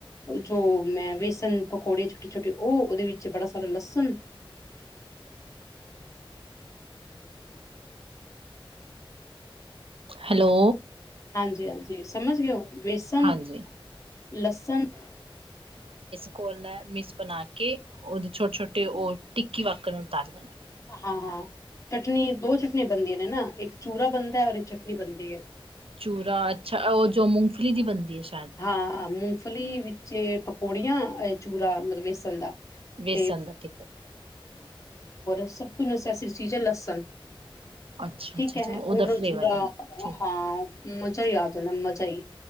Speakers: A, on the left; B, on the right.
A: ਜੋ ਮੈਂ ਵੇਸਨ ਪਕੋੜੀਆਂ ਛੋਟੀ ਛੋਟੀ ਉਹ ਉਹਦੇ ਵਿੱਚ ਬੜਾ ਸਾਰੇ ਲਸ
B: ਹੈਲੋ
A: ਹਾਂਜੀ ਹਾਂਜੀ ਵਿਸਨ
B: ਹਾਂਜੀ
A: ਲਸਣ <inaudible>
B: ਕੋਲ ਨੇ ਮਿਸ ਬਣਾ ਕੇ ਉਹਦੇ ਛੋਟੇ ਛੋਟੇ ਉਹ ਟਿੱਕੀ ਵਾਕਰ ਨੂੰ ਉਤਾਰ ਲੈਣਾ
A: ਹਾਂ ਹਾਂ ਚਟਨੀ ਦੋ ਚਟਨੀੀਆਂ ਬਣਦੀਆਂ ਨੇ ਨਾ ਇੱਕ ਚੂਰਾ ਬਣਦਾ ਹੈ ਔ ਇੱਕ ਚਟਨੀ ਬਣਦੀ ਹੈ
B: ਚੂਰਾ ਅੱਛਾ ਉਹ ਜੋ ਮੂੰਗਫਲੀ ਦੀ ਬਣਦੀ ਹੈ ਸ਼ਾਇਦ
A: ਹਾਂ ਮ ਮੂੰਗਫਲੀ ਵਿੱਚ ਪਕੌੜੀਆਂ ਚੂਰਾ ਮਤਲਬ ਵੇਸਣ ਦਾ
B: ਵੇਸਣ
A: <inaudible>
B: ਦਾ ਠੀਕ ਹੈ
A: ਸਭ ਤੋਂ ਨਸੈਸਰੀ ਚੀਜ਼ ਹੈ ਲਸਣ
B: ਅੱਛਾ
A: ਠੀਕ
B: ਅੱਛਾ
A: ਹੈ
B: ਅੱਛਾ ਉਹਦਾ
A: ਉਹਨ
B: ਫਲੇਵਰ
A: ਜੜ
B: ਆ ਠੀਕ
A: ਹਾਂ ਮਜ਼ਾ ਹੀ ਆਦ ਨਾ ਮਜ਼ਾ ਹੀ